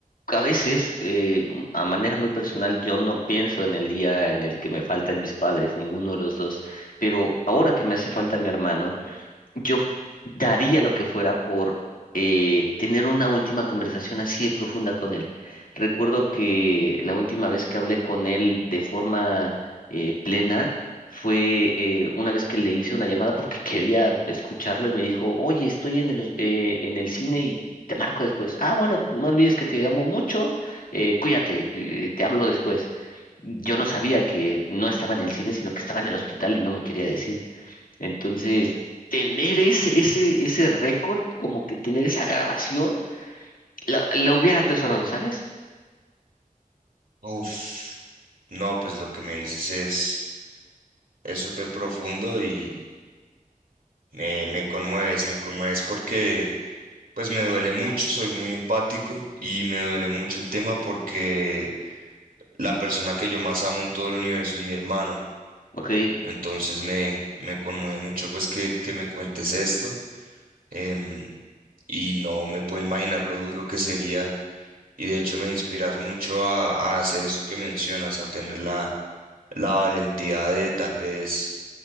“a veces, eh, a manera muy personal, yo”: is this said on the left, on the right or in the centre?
Left